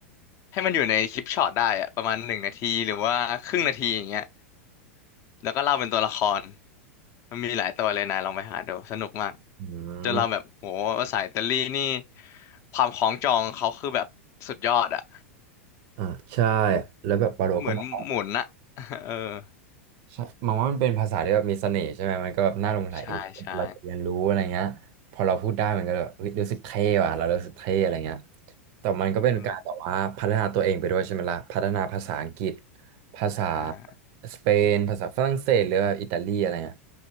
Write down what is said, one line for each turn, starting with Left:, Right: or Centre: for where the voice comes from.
Left: ให้มันอยู่ในคลิปช็อตได้อะประมาณหนึ่งนาทีหรือว่าครึ่งนาทีอย่างเงี้ยแล้วก็เล่าเป็นตัวละครมันมีหลายตัวเลยนายลองไปหาดูสนุกมาก
Right: อื
Left: จนเราแบบโหภาษาอิตาลีนี่
Right: ม
Left: ความคล้องจองเขาคือแบบสุดยอดอะ
Right: อ่าใช่แล้วแบบวาโลก็มา
Left: เหมือนหมุนอะ <laughs> เออ
Right: ใช่มองว่ามันเป็นภาษาที่แบบมีเสน่ห์ใช่ไหมมันก็แบบน่าหลงใหล
Left: ใช่ใช่
Right: เราจะเรียนรู้อะไรเงี้ยพอเราพูดได้มันก็แบบเฮ้ยรู้สึกเท่ว่ะเรารู้สึกเท่อะไรเงี้ยแต่มันก็เป็นการแบบว่าพัฒนาตัวเองไปด้วยใช่ไหมล่ะพัฒนาภาษาอังกฤษ
Left: เออ
Right: ภาษา
Left: อ่า
Right: สเปนภาษาฝรั่งเศสหรือว่าอิตาลีอะไรเงี้ย